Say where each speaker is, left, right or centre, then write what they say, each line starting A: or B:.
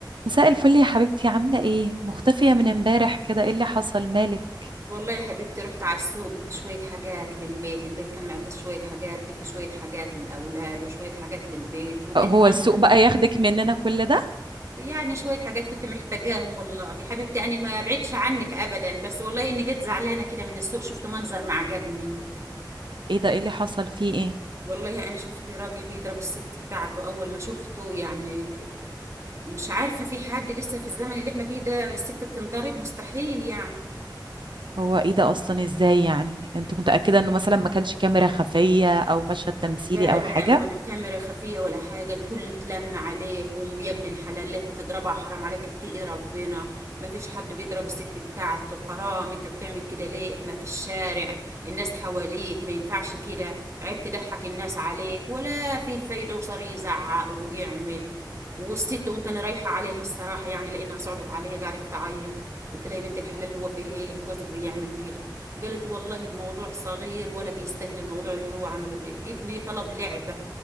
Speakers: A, on the right; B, on the right.
A: مساء الفل يا حبيبتي عاملة ايه؟ مختفية من امبارح كده ايه اللي حصل مالك؟
B: والله يا حبيبتي رحت على السوق جبت شوية حاجات للبيت البيت كان معتز شوية حاجات جبت شوية حاجات للأولاد وشوية حاجات للبيت ولقيت
A: هو
B: منظر
A: السوق بقى ياخدك مننا كل ده؟
B: يعني شوية حاجات كنت محتاجاهم والله يا حبيبتي أنا ما بعدش عنك أبدا بس والله إني جيت زعلانة كده من السوق شفت منظر ما عجبني
A: ايه ده ايه اللي حصل فيه ايه؟
B: والله أنا شفت راجل بيضرب الست بتاعته أول ما شفته يعني مش عارفة في حد لسه في الزمن اللي احنا فيه ده الست بتنضرب مستحيل يعني
A: هو ايه ده اصلا ازاي يعني؟ انت متأكدة انه مثلا ما كانش كاميرا خفية او مشهد تمثيلي
B: لا
A: او
B: لا
A: حاجة؟
B: ولا كاميرا خفية ولا حاجة الكل اتلم عليهم ويا ابن الحلال ليه بتضربها حرام عليك اتقي ربنا ما فيش حد بيضرب الست بتاعته حرام انت بتعمل كده ليه احنا في الشارع الناس حواليك ما ينفعش كده عيب تضحك الناس عليك ولا في فايدة وصار يزعق ويعمل والست قمت انا رايحة عليها الصراحة يعني لانها صعبت عليا قعدت تعيط قلت لها يا بنت الحلال هو فيه ايه اللي جوزك بيعمل كده قالت والله الموضوع صغير ولا بيستاهل الموضوع اللي هو عمله ده ابني طلب لعبة